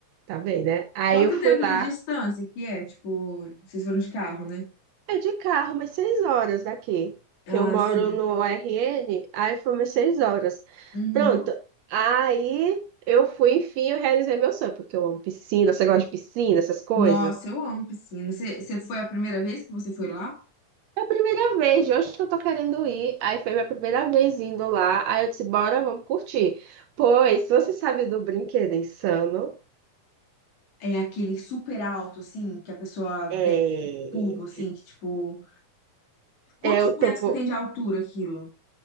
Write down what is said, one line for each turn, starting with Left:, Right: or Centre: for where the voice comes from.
Right: Tá bem, né? Aí
Left: Quanto
Right: eu fui
Left: tempo
Right: lá,
Left: de distância que é? Tipo, vocês foram de carro, né?
Right: é de carro, umas seis horas daqui,
Left: Ah,
Right: que eu moro
Left: sim.
Right: no RN, aí foi umas seis horas.
Left: Uhum.
Right: Pronto, aí eu fui, enfim, eu realizei meu sonho, porque eu amo piscina, você gosta de piscina, essas coisas?
Left: Nossa, eu amo piscina. Você, você foi a primeira vez que você foi lá?
Right: É a primeira vez, de hoje que eu tô querendo ir. Aí foi minha primeira vez indo lá. Aí eu disse, bora, vamos curtir. Pois, se você sabe do Brinquedo Insano,
Left: É aquele super alto, assim, que a pessoa
Right: é...
Left: desce o tubo, assim, que tipo. Quantos
Right: é o
Left: metros
Right: topo...
Left: que tem de altura aquilo?